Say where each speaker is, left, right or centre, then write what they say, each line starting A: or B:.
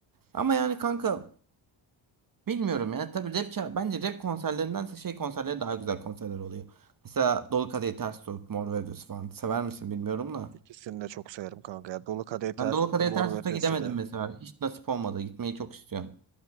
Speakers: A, on the right; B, on the right.
A: Ama yani kanka bilmiyorum ya. Tabii rap ça- bence rap konserlerinden şey konserleri daha güzel konserler oluyor. Mesela Dolu Kadehi Ters Tut, Mor ve Ötesi falan. Sever misin bilmiyorum da.
B: İkisini de çok severim kanka. Ya. Dolu Kadehi Ters
A: Ben Dolu
B: Tutun,
A: Kadehi
B: Mor
A: Ters
B: ve
A: Tut'a
B: Ötesi
A: gidemedim
B: de.
A: mesela. Hiç nasip olmadı. Gitmeyi çok istiyorum.